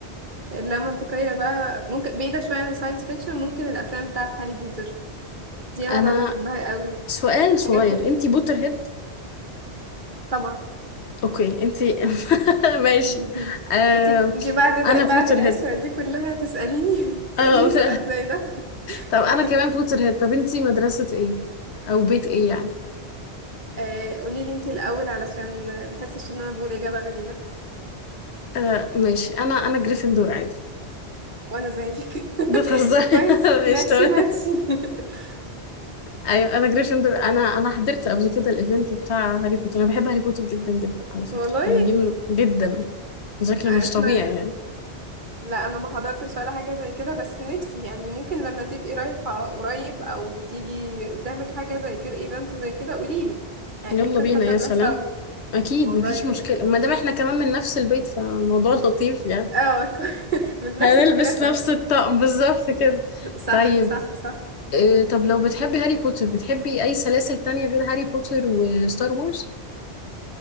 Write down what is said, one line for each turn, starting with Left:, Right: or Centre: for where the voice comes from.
Right: اللا منطقية بقى ممكن بعيدة شوية عن الساينس فيكشن ممكن الأفلام بتاعة هاري بوتر دي أنا
Left: انا
Right: بقى بحبها قوي
Left: سؤال
Right: الحاجات
Left: صغير
Right: اللي
Left: انت بوتر هيد
Right: طبعا
Left: اوكي انتي <laughs> ماشي
Right: <laughs>
Left: آه
Right: انتي انتي بعد
Left: انا
Right: ده
Left: بوتر
Right: بعد القشرة
Left: هيد
Right: دي كلها تسأليني <laughs> تسأليني
Left: آه <laughs> ف...
Right: سؤال زي ده
Left: طب انا
Right: <laughs>
Left: كمان بوتر هيد طب انتي مدرسة ايه او بيت ايه يعني
Right: آه، قوليلي انتي الأول علشان محسش إن أنا بقول إجابة غريبة
Left: آه ماشي انا انا جريفندور عادي
Right: وأنا زيك <laughs>
Left: بتهزري
Right: كويس
Left: <laughs> ماشي
Right: ماتشي
Left: تمام
Right: ماتشي <laughs>
Left: ايوه انا جريفندور انا انا حضرت قبل كده الايفنت بتاع هاري بوتر انا بحب هاري بوتر جدا جدا على فكرة
Right: والله
Left: يعني دي من... جدا بشكل
Right: <laughs> احنا
Left: مش طبيعي يعني
Right: لا انا ما حضرتش ولا حاجه زي كده بس نفسي يعني ممكن لما تبقي رايحه قريب او تيجي قدامك حاجه زي كده ايفنت زي كده قوليلي يعني
Left: يلا
Right: ممكن
Left: بينا
Right: حتى
Left: يا
Right: نروح
Left: سلام
Right: سوا
Left: اكيد
Right: والله
Left: مفيش
Right: ي-
Left: مشكلة ما دام احنا كمان من نفس البيت فالموضوع <laughs> لطيف يعني
Right: اه <laughs> كو- من نفس
Left: هنلبس
Right: المدرسه
Left: نفس الطقم بالظبط كده
Right: صح
Left: طيب
Right: صح صح
Left: آه،
Right: مم.
Left: طب لو بتحبي هاري بوتر بتحبي أي سلاسل تانية غير هاري بوتر وستار وورز؟